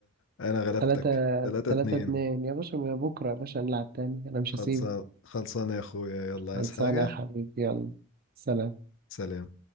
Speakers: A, on the left; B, on the right.
A: انا غلبتك
B: تلاتة
A: 3
B: تلاتة
A: 2
B: اتنين يا باشا من بكرة يا باشا هنلعب تاني أنا مش
A: خلصان
B: هسيبك
A: خلصان يا اخويا يلا عايز
B: خلصانة
A: حاجة
B: يا حبيبي يلا سلام
A: سلام